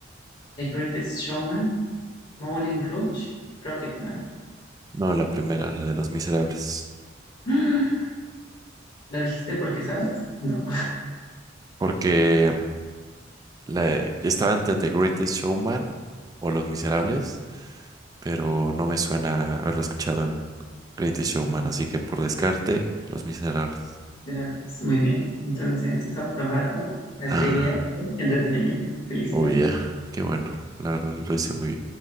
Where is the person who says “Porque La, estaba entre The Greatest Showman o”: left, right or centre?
Right